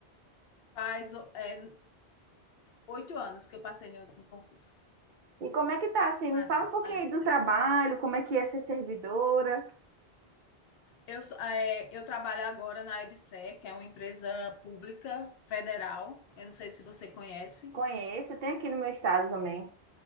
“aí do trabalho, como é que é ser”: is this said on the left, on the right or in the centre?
Right